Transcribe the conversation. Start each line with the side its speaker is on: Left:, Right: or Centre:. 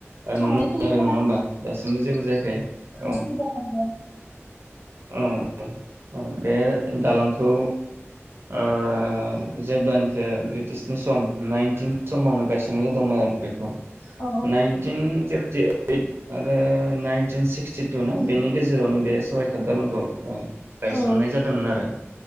Left: थांलाय
Right: नुनो मोनो
Left: फैलाय
Right: आरो
Left: खालामनो
Right: नङा
Left: थाखाय
Right: होमबा दासमबो जेबो जायाखै औ
Left: सुबिदा मोनदों
Right: अ बे दालांखौ ओ जेब्लानोखि ब्रिटिशनि सम नाइनटिन समावनो गायसननाय जादोंमोन आरो बेखौ ।
Left: औ
Right: नाइनटिन <unintelligible> ओइद आरो नाइन नाइनटिन सिक्सटिटु ना बेनि गेजेरावनो बे सरायघाट दालांखौ ओ गायसननाय
Left: औ
Right: जादोंमोन आरो।